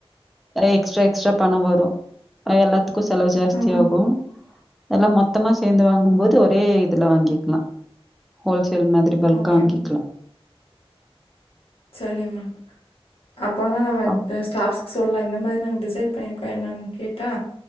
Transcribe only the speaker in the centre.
எக்ஸ்ட்ர எக்ஸ்ட்ர பண வரு எல்லாத் துக்கு செலவு ஜாஸ்தி
ஆகு எல்லா மொத்தமா சேந்து வாங்கும் போது ஒரே இதுல வாங்கிக்லா ஹோல்சே ல் மாதிரி பல்கா
வாங்கிக்லா
ஆ.